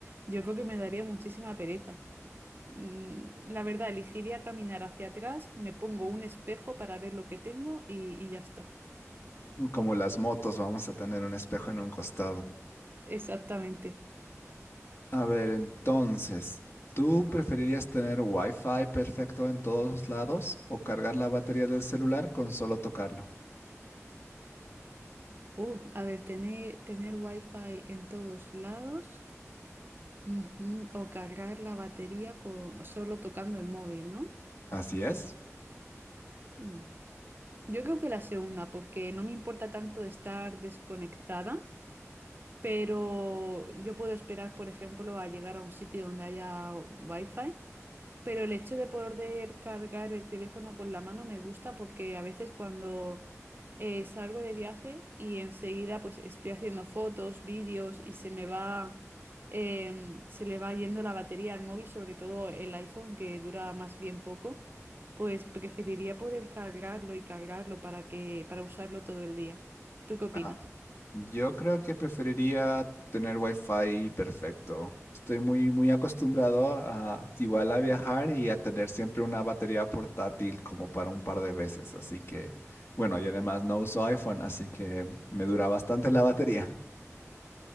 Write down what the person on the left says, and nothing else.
Como las motos, vamos a tener un espejo en un costado.
A ver, entonces, ¿tú preferirías tener Wi-Fi perfecto en todos lados o cargar la batería del celular con solo tocarlo?
Así es.
Ah, yo creo que preferiría tener wifi perfecto. Estoy muy, muy acostumbrado a igual a viajar y a tener siempre una batería portátil como para un par de veces. Así que, bueno, y además no uso iPhone, así que me dura bastante la batería.